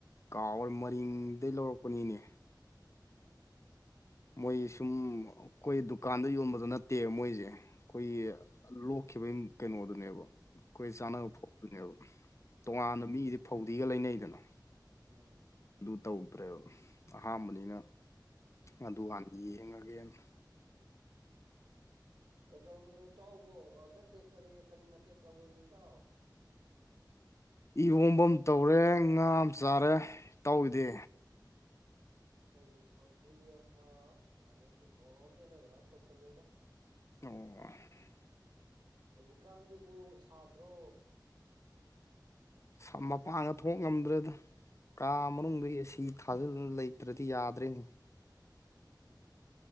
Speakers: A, on the left; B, on the right.
A: ꯀꯥꯎꯔ ꯃꯔꯤꯡꯗꯗꯒꯤ ꯂꯧꯔꯛꯄꯅꯤꯅꯦ
B: ꯎꯝ
A: ꯃꯣꯏ ꯁꯨꯝ ꯑꯩꯈꯣꯏ ꯗꯨꯀꯥꯟꯗ ꯌꯣꯟꯕꯗꯣ ꯅꯠꯇꯦꯕ ꯃꯣꯏꯁꯦ ꯑꯩꯈꯣꯏꯒꯤ
B: ꯎꯝ
A: ꯂꯣꯛꯈꯤꯕꯒꯤ ꯀꯩꯅꯣꯗꯨꯅꯦꯕ ꯑꯩꯈꯣꯏ
B: ꯎꯝ
A: ꯆꯥꯅꯕ ꯐꯥꯎꯗꯨꯅꯦꯕ ꯇꯣꯉꯥꯟꯅ
B: ꯎꯝ
A: ꯃꯤꯗꯤ ꯐꯧꯗꯤꯒ ꯂꯩꯅꯩꯗꯅ
B: ꯎꯝ
A: ꯑꯗꯨ ꯇꯧꯗ꯭ꯔꯦꯕ ꯑꯍꯝꯕꯅꯤꯅ
B: ꯎꯝ ꯎꯝ
A: ꯑꯗꯨ ꯍꯥꯟꯅ ꯌꯦꯡꯉꯒꯦꯅ
B: ꯀꯩꯗꯧꯃꯤꯅꯣ ꯏꯇꯥꯎꯕ ꯅꯠꯇꯦ ꯀꯔꯤ ꯀꯔꯤ ꯃꯊꯦꯜ ꯇꯧꯈ꯭ꯔꯒꯦ ꯏꯇꯥꯎ
A: ꯏꯍꯣꯝꯐꯝ ꯇꯧꯔꯦ ꯉꯥ ꯑꯃ ꯆꯥꯔꯦ ꯇꯥꯎꯏꯗꯦ
B: ꯑꯩꯈꯣꯏꯒꯤ ꯁꯧꯒ꯭ꯔꯤ ꯑꯃ ꯑꯗꯩꯗꯤ ꯃꯣꯔꯣꯝꯃꯦꯅ ꯑꯗꯨꯃꯥꯏꯅ ꯇꯧꯁꯜꯂꯦꯗ
A: ꯑꯣ
B: ꯍꯧꯖꯤꯛꯀꯥꯟꯁꯤꯕꯨ ꯁꯥꯗ꯭ꯔꯣ
A: ꯑꯁ ꯃꯄꯥꯡꯒ ꯊꯣꯛ ꯉꯝꯗ꯭ꯔꯦꯗ ꯀꯥ ꯃꯅꯨꯡꯗ
B: ꯎꯝ
A: ꯑꯦꯁꯤ ꯐꯖꯅ ꯂꯩꯇ꯭ꯔꯗꯤ ꯌꯥꯗ꯭ꯔꯦꯅꯦ
B: ꯎꯝ